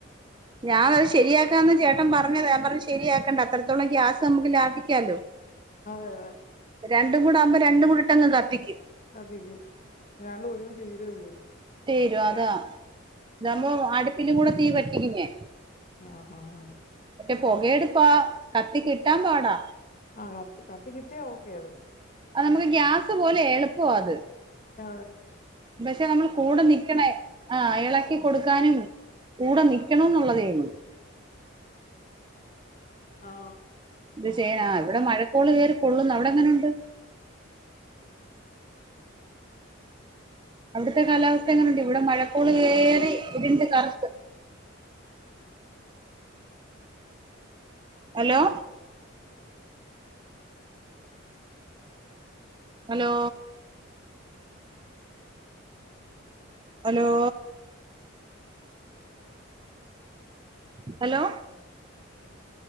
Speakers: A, on the right; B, on the left.
A: ഞാനത് ശരിയാക്കാന്ന് ചേട്ടൻ പറഞ്ഞതാ ഞാൻ പറഞ്ഞു ശ് ശരിയാക്കണ്ട അത്രത്തോളം ഗ്യാസ് നമുക്ക് ലാഭിക്കാലോ
B: അതെ തെ
A: രണ്ടും കൂടാകുമ്പോ രണ്ടുകൂടെ അങ്ങ് കത്തിക്കും ര
B: ശ്രദ്ധിക്കും ഒരാള് ഒരുമിച്ച് തീരും ചെയ്യും.
A: തീരും അതാ താവുമ്പോ അടുപ്പില്കൂടെ തീ പറ്റിക്കില്ലേ?
B: ആഹ് ഹാ ഹാ
A: മറ്റേ പുകയടുപ്പാ കത്തി കിട്ടാൻ പാടാ.
B: ആ കത്തി കത്തികിട്ടിയാ ഓക്കെ ആണ്.
A: അ നമുക്ക് ഗ്യാസ് പോലെ എളുപ്പാവത്.
B: ആ
A: പക്ഷെ നമ്മള് കൂടെ നിക്കണേ ആ ഇളക്കി കൊടുക്കാനും കൂടെ നിക്കണം ന്നുള്ളതേള്ളു.
B: ആ
A: എന്ത് ചെയ്യാനാ ഇവിടെ മഴക്കോള് വേറി കൊള്ളുന്നു അവിടെങ്ങനെണ്ട്? അവിടുത്തെ കാലാവസ്ഥങ്ങനെണ്ട് ഇവിടെ മഴക്കോള് കേറി ഇരിണ്ട് കറുത്ത് hello hello hello hello